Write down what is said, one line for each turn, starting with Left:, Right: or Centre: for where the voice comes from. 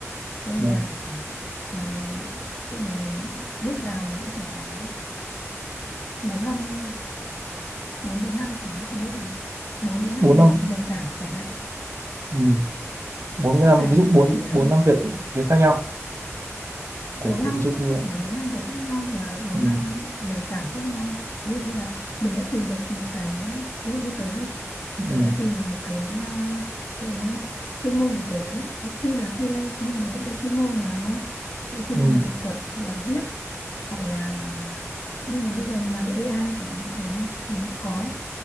Left: cho nên
Right: ờ,
Left: là à, khi mình mình lúc nào mình cũng phải có bốn năm bốn đến năm cái tôi nghĩ là bốn đến năm
Right: bốn năm
Left: nền, nền tảng chẳng hạn
Right: ừ, bốn
Left: sẵn
Right: năm
Left: sàng
Right: ví dụ bốn
Left: ít nhất
Right: bốn
Left: là
Right: năm việc việc khác nhau của
Left: bốn
Right: của
Left: năm
Right: ví dụ như
Left: không phải là bốn năm việc khác nhau mà là bốn
Right: ừ,
Left: năm nền tảng khác nhau ví dụ như là mình đã tìm được một cái ví dụ như tớ đi
Right: ừ,
Left: tớ đã tìm được một cái à, cái à, chuyên môn của tớ dù tuy là freelance nhưng mà vẫn có chuyên môn mà đúng không Cái chuyên
Right: ừ,
Left: môn là dịch thuật hoặc là viết hoặc là như là bây giờ mình làm với AI chẳng hạn đúng không mình cũng có